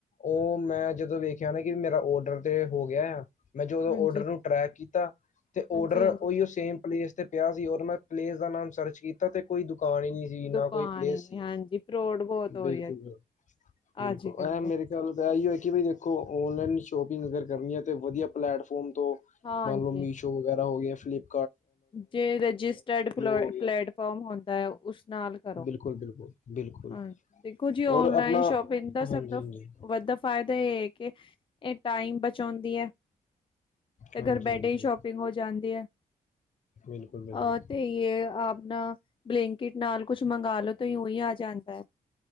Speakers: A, on the left; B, on the left.
A: ਉਹ ਮੈਂ ਜਦੋਂ, ਵੇਖਿਆ ਨਾ ਕਿ ਮੇਰਾ ਔਡਰ ਤੇ। ਹਾਂਜੀ। ਹੋ ਗਿਆ ਆ। ਮੈਂ ਜਦਦੋਂ
B: ਹਾਂਜੀ
A: ਔਡਰ ਨੂੰ ਟਰੈਕ ਕੀਤਾ, ਤੇ ਔਡਰ
B: ਹਾਂਜੀ ਹਾਂਜੀ
A: ਉਹੀ ਉਹ ਸੇਮ। ਪਲੇਸ ਤੇ ਪਿਆ ਸੀ। ਔਰ ਮੈਂ ਪਲੇਸ ਦਾ ਨਾਮ ਸਰਚ ਕੀਤਾ, ਤੇ ਕੋਈ ਦੁ- ਆਣੀ ਨੀ ਸੀ, ਨਾ
B: ਦੁਕਾਨ
A: ਕੋਈ ਪਲੇਸ
B: ਹੀ ਨੀ
A: ਸੀ
B: ਹਾਂਜੀ ਫਰੋਡ ਬਹੁਤ
A: ਬਿਲਕੁਲ-ਬਿਲਕੁਲ।
B: ਹੋ ਰਿਹਾ
A: ਬਿਲਕੁਲ,
B: ਅੱਜ ਕੱਲ
A: ਐ ਮੇਰੇ,
B: ਤਾਂ
A: ਖਿਆਲ ਤਾਂ ਆਈ ਹੋ। ਕਿ ਬਾਈ ਦੇਖੋ, ਔਨਲਾਈਨ ਸ਼ੋਪਿੰਗ, ਅਗਰ ਕਰਨੀ ਹੈ। ਤਾਂ ਵਧੀਆ, ਪਲੈਟਫੋਮ।
B: ਹਾਂਜੀ
A: ਮੰਨ ਲਓ ਮੀਸ਼ੋ, ਵਗੈਰਾ ਹੋ ਗਿਆ। ਫਲਿਪ-
B: ਜੇ ਰਜਿਸਟਰਡ,
A: ਹੋ ਗਿਆ
B: ਪਲੇਟਫਾਰਮ ਹੁੰਦਾ। ਉਸ ਨਾਲ ਕਰੋ।
A: ਬਿਲਕੁਲ ਬਿਲਕੁਲ ਬਿਲਕੁਲ
B: ਹਾਂ, ਦੇਖੋ ਜੀ ਓਨਲਾਈਨ
A: ਔਰ ਆਪਣਾ
B: ਸ਼ੋਪਿੰਗ ਦਾ
A: ਹਾਂਜੀ
B: ਸਭ।
A: ਹਾਂਜੀ
B: ਵੱਾ ਫਾਇਦਾ ਇਹ ਹੈ। ਕੇ, ਇਹ, ਟਾਈਮ ਬਚਾਉਂਦੀ ਹੈ। ਤੇ,
A: ਹਾਂਜੀ
B: ਘਰ ਬੈਡੇ
A: ਹਾਂਜੀ
B: ਹੀ ਸ਼ੋਪਿੰਗ ਹੋ, ਜਾਂਦੀ ਹੈ।
A: ਬਿਲਕੁਲ ਬਿਲਕੁਲ
B: ਅਹ, ਤੇ ਇਹ, ਆਪ ਨਾ, ਬਲੈਂਕਟ ਨਾਲ, ਕੁਛ ਮੰਗਾ ਲੋ। ਤੋਂ, ਹੀ ਉਹੀ, ਆ ਜਾਂਦਾ ਹੈ।